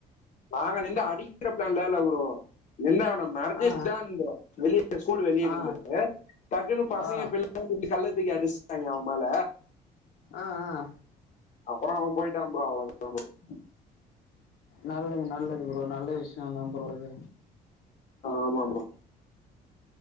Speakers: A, on the left; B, on the left.
A: நாங்க நிண்டு அடிக்கிற பிளான்ல எல்ல இல்ல ப்ரோ நின்னு அவன மெரட்டிட்டுதான்
B: ஆ
A: இருந்து வெளியே ஸ்கூல் வெளியே
B: ஆ ஆ
A: நிண்டு டக்குனு பசங்க
B: ஆ
A: பின்னாடி இருந்து கல்ல தூக்கி அடிச்சிட்டாங்க அவ மேல
B: ஆ ஆ
A: அப்புறம் அவன் போயிட்டான் ப்ரோ அவ்வளவுதா ப்ரோ
B: நல்லது நல்லது ப்ரோ நல்ல விஷயம் தான் ப்ரோ இது
A: ஆமா ப்ரோ